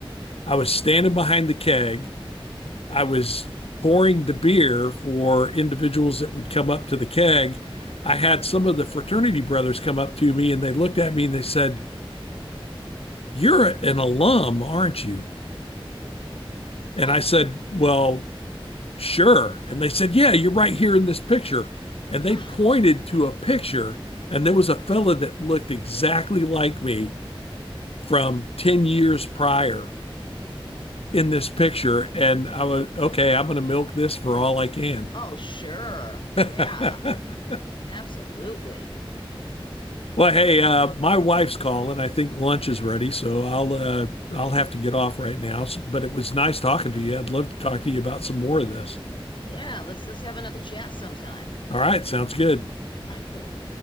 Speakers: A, on the left (about 85°); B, on the left (about 55°).
A: I was standing behind the keg I was pouring the beer for individuals that would come up to the keg. I had some of the fraternity brothers come up to me and they looked at me and they said, You're an alum, aren't you? And
B: huh?
A: I said, Well, sure. And they said, Yeah, you're right here in this picture. And they
B: Ah,
A: pointed to a picture, and there was a fella that looked exactly like me from 10 years prior in this picture. And I was, okay, I'm going to milk this for all I can.
B: Oh, sure.
A: <laughs>
B: Yeah, absolutely.
A: Well, hey, uh, my wife's calling. I think lunch is ready, so I'll uh, I'll have to get off right now. S- But it was nice talking to you. I'd love to talk to you about some more of this.
B: Yeah, let's let's have another chat sometime.
A: All right, sounds good.
B: All right, cool.